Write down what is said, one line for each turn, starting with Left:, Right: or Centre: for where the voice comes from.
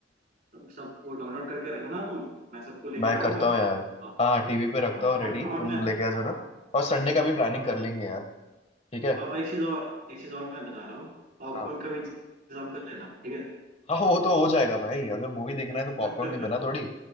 Right: तुम सब वो डाउनलोड करके रखना तुम मैं सबको लेके
Left: मैं
Right: आऊंगा
Left: करता हूँ यार
Right: हाँ
Left: हाँ हाँ टीवी पे रखता
Right: हाँ,
Left: हूँ रेडी
Right: और और
Left: तुम
Right: मैं
Left: लेके आ
Right: हाँ
Left: जाना और संडे का भी प्लानिंग
Right: हाँ,
Left: कर
Right: और,
Left: लेंगे यार ठीक
Right: और एक चीज और एक चीज और मैं बता रहा हूँ पॉपकॉर्न
Left: है
Right: का भी इंतजाम कर लेना ठीक
Left: हाँ वो तो हो जाएगा भाई अगर मूवी देखना है तो पॉपकॉर्न
Right: है
Left: के बिना थोड़ी